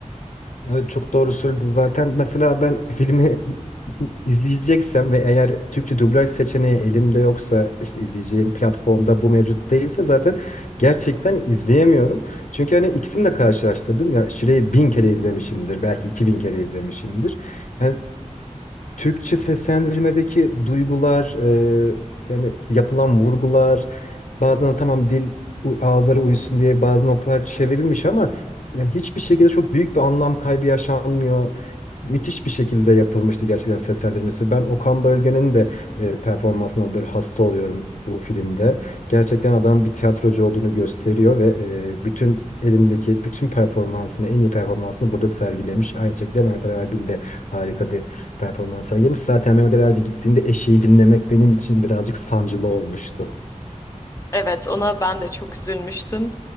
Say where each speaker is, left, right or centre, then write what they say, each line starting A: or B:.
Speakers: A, on the left (about 75°); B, on the left (about 25°).
A: Evet, çok doğru söyledin zaten. Mesela ben filmi <laughs> izleyeceksem ve eğer Türkçe dublaj seçeneği elimde yoksa işte izleyeceğim platformda bu mevcut değilse zaten gerçekten izleyemiyorum. Çünkü hani ikisini de karşılaştırdım ya Şire'yi bin kere izlemişimdir belki iki bin kere izlemişimdir. Yani Türkçe seslendirmedeki duygular, e, yani yapılan vurgular, bazen tamam dil u- ağızlara uyusun diye bazı noktalar çevrilmiş ama yani hiçbir şekilde çok büyük bir anlam kaybı yaşanmıyor. Müthiş bir şekilde yapılmıştı gerçekten seslendirmesi. Ben Okan Bölge'nin de e, performansına böyle hasta oluyorum bu filmde. Gerçekten adam bir tiyatrocu olduğunu gösteriyor ve e, bütün elindeki bütün performansını, en iyi performansını burada sergilemiş. Aynı şekilde Mehmet Ali Erbil de harika bir performans sergilemiş. Zaten Mehmet Ali Erbil gittiğinde eşeği dinlemek benim için birazcık sancılı olmuştu.
B: Evet, ona ben de çok üzülmüştüm.